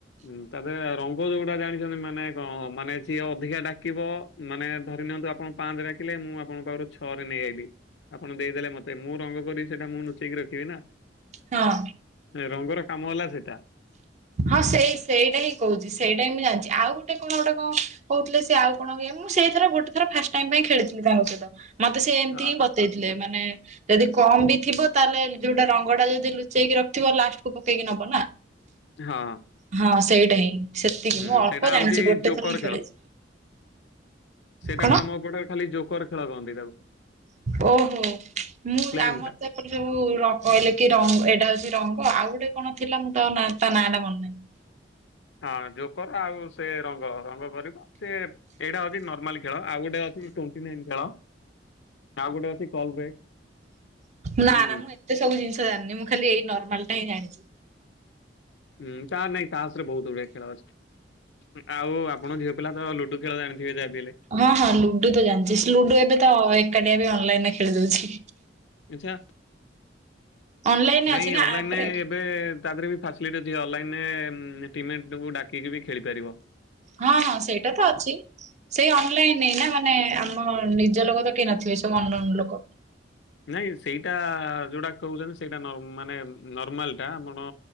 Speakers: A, on the left; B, on the right.
A: ହୁଁ ତାପରେ ରଙ୍ଗ ଯୋଉଟା ଜାଣିଛନ୍ତି ମାନେ କଣ ମାନେ ସିଏ ଅଧିକା ଡାକିବ ମାନେ ଧରି ନିଅନ୍ତୁ ଆପଣ ପାଞ୍ଚେ ଡାକିଲେ ମୁଁ ଆପଣଙ୍କ ପାଖରୁ ଛଅ ରେ ନେଇ ଆଇଲିି ଆପଣ ଦେଇଦେଲେ ମତେ ମୁଁ ରଙ୍ଗ କରିବି ସେଇଟା ମୁଁ ନୁଚେଇକି ରଖିବି ନା।
B: ହଁ।
A: ରଙ୍ଗର କାମ ହେଲା ସେଟା।
B: ହଁ ସେଇ ସେଇଟା ହିଁ କହୁଚି ସେଇଟା ହିଁ ମୁଁ ଜାନଚି ଆଉ ଗୋଟେ କଣ ଗୋଟେ କଣ କହୁଥିଲେ ସେ ଆଉ ଇଏ ମୁଁ ସେଇ ଥର ଗୋଟେ ଥର ଫାଷ୍ଟ ଟାଇମ୍ ପାଇଁ ଖେଳିଥିଲି ତାଙ୍କ ସହିତ ମତେ ସେ ଏମିତି
A: ଆ-
B: ହିଁ ବତେଇଥିଲେ ମାନେ ଯଦି କମ ବି ଥିବ ତାହେଲେ ଯୋଉଟା ରଙ୍ଗ ଟା ଯଦି ଲୁଚେଇକି ରଖଥିବ ଲାଷ୍ଟକୁ ପକେଇକି ନବ ନା।
A: ହଁ।
B: ହଁ ସେଇଟା ହିଁ ସେତିକି
A: ହୁଁ
B: ମୁଁ ଅଳ୍ପ
A: ସେଇଟା
B: ଜାଣିଛି
A: ହଉଛି
B: ଗୋଟେ
A: ଜୋକର
B: ଥର ହଁ
A: ଖେଳ।
B: ଖେଳିଛି।
A: ସେଇଟାକୁ
B: କଣ?
A: ଆମ ଏପଟରେ ଖାଲି ଜୋକର ଖେଳ କହନ୍ତି ତାକୁ।
B: ଓହୋ ମୁଁ
A: ପ୍ଲେନ
B: ଆମର
A: ଟା।
B: ଟ ସବୁ କହିଲେ କି ରଙ୍ଗ ଏଇଟା ହଉଛି ରଙ୍ଗ ଆଉ ଗୋଟେ କଣ ଥିଲା ମୁଁ ତା ତା ନାଁ ଟା ମନ <inaudible>
A: ହଁ ଜୋକର ଆଉ ସେ ରଙ୍ଗ ରଙ୍ଗ କରିବ ସେ ଏଇଟା ହଉଛି ନର୍ମାଲି ଖେଳ ଆଉ ଗୋଟେ ଅଛି ଟ୍ୱେଣ୍ଟି ନାଇନ୍ ଖେଳ ଆଉ ଗୋଟେ ଅଛି କଲ ବ୍ରେକ୍।
B: ନା
A: ହୁଁ
B: ନା ମୁଁ ଏତେ ସବୁ ଜିନିଷ ଜାଣିନି ମୁଁ ଖାଲି ଏଇ ନର୍ମାଲ ଟା ହିଁ ଜାଣିଛି।
A: ହୁଁ ତା ନାଇଁ ତାସ ରେ ବହୁତ ଗୁଡିଏ ଖେଳ ଅଛି। ଆଉ ଆପଣ ଝିଅ ପିଲା ତ ଲୁଡୁ ଖେଳ ଯାଣିଥିବ ଯାହା ବି ହେଲେ।
B: ହଁ ହଁ ଲୁଡୁ ତ ଜାଣିଚି ଲୁଡୁ ଏବେ ତ ଏକାଟିଆ ବି ଅନଲାଇନ ରେ ଖେଳି ଦଉଛି।
A: ଆଛା
B: ଅନଲାଇନରେ
A: ନାଇଁ
B: ଅଛି ନା
A: ଅନଲାଇନରେ
B: ଆପରେ
A: ଏବେ ତା ଦେରେ ବି ଫାସିଲିଟି ଅଛି ଅନଲାଇନ ରେ ଟିମେକୁ ଡାକିକି ବି ଖେଳିପାରିବ।
B: ହଁ ହଁ ସେଇଟା ତ ଅଛି। ସେଇ ଅନଲାଇନ ରେ ନା ମାନେ ଆମ ନିଜ ଲୋକ ତ କେହି ନଥିବେ ସବୁ ଅନନ ଲୋକ।
A: ନାଇଁ ସେଇଟା ଯୋଉଟା କହୁଛନ୍ତି ସେଇଟା ନ ମାନେ ନର୍ମାଲଟା ଆପଣ